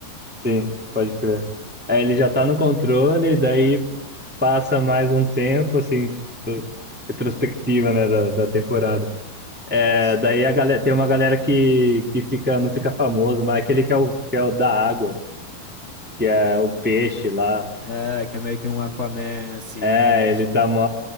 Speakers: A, in the centre; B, on the left.
A: Sim, pode crer. É, ele já tá no controle, daí passa mais um tempo, assim, retrospectiva, né, da, da temporada. É,
B: Sim.
A: daí a galera, tem uma galera que, que fica, não fica famosa, mas aquele que é o, que é o da água, que é o peixe lá.
B: É, que é meio que um Aquaman, assim,
A: É,
B: né? Que
A: ele
B: tipo.
A: tá mó